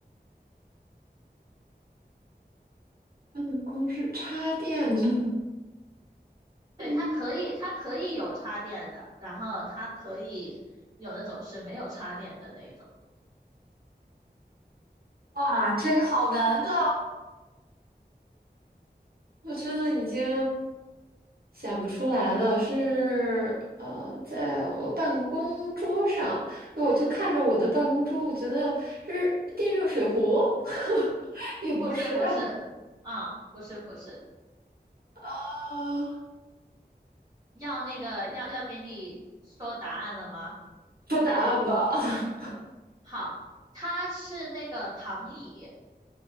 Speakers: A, on the right; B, on the right.
A: 办公室插电的，<laughs>
B: 对，
A: 嗯，
B: 它可以，它可以有插电的，然后它可以有那种是没有插电的那种。
A: 哇，这个好难的，我真的已经想不出来了。是呃，在我办公桌上，那我就看着我的办公桌，我觉得是电热水壶，<laughs> 也不是啊。
B: 不是，不是，啊、不是，不是，
A: 啊，
B: 要那个要要给你说答案了吗？
A: 说答案吧，<laughs>
B: 好，它是那个躺椅，